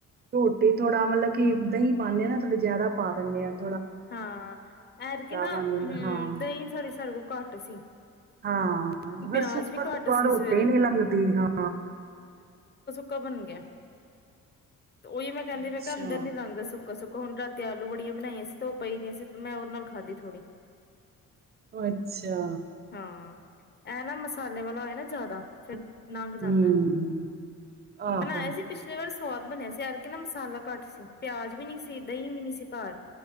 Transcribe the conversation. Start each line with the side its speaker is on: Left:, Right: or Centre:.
Right: ਰੋਟੀ ਥੋੜਾ ਮਤਲਬ ਕੀ ਦਹੀਂ ਪਾਉਂਦੇ ਹ ਨਾ ਥੋੜ੍ਹ ਜਿਆਦਾ ਪਾ ਦਿੰਦੇ ਹਾਂ <unintelligible>
Left: ਹਾਂ ਐਰ ਕਿ ਨਾ
Right: ਬਣ ਜਾਂਦਾ
Left: ਹਮ
Right: ਹਾਂ
Left: ਦਹੀਂ ਛੋੜੀ ਸ ਘੱਟ ਸੀ
Right: ਹਾਂ ਫੇਿਰ
Left: ਪਿਆਜ
Right: ਸੁੱਕਾ
Left: ਵੀ ਘੱਟ
Right: ਸੁੱਕਾ
Left: ਸੀ
Right: ਰੋਟੀ
Left: ਸਵੇਰੇ
Right: ਨਹੀਂੀ ਲੰਘਦੀ ਹਾਂ
Left: ਕਬਨ ਗਿਆ ਤੇ ਉਹੀ ਮੈਂ ਕਹਿੰਦੀ
Right: ਅੱਛਾ
Left: ਮੈਂ ਕਿਹਾ ਅੰਦਰ ਨ ਲੰਗਦਾ ਸੁੱਕਾ ਸੁੱਕਾ ਹੁਣ ਰਾਤੀ ਆਲੂ ਬੜੀਆਂ ਬਣਾਈਆਂ ਸੀ ਧੋ ਪਈ ਦੀਆਂ ਸੀ ਮੈਂ ਉਹ ਨਾਲ ਖਾਧੀ ਥੋੜ੍ਹੀ
Right: ਅੱਛਾ
Left: ਹਾਂ ਇਹ ਨਾ ਮਸਾਲੇ ਵਾਲਾ ਹੋਏ ਨਾ ਜ਼ਿਆਦਾ ਫ ਨੰਘ ਜਾਂਦਾ
Right: ਹੂੰ, ਆਹੋ।
Left: ਬਣਾਇਆ ਸੀ ਪਿਛਲੇ ਵਾਰ ਸਵਾਦ ਬਣਿਆ ਸੀ ਯਾਰਕੇ ਨਾ ਮਸਾਲਾ ਘੱਟ ਸੀ ਪਿਆਜ ਵੀ ਨਹੀਂੀ ਸੀ ਦਹੀਂ ਵੀ ਨਹੀਂੀ ਸੀ ਘਰ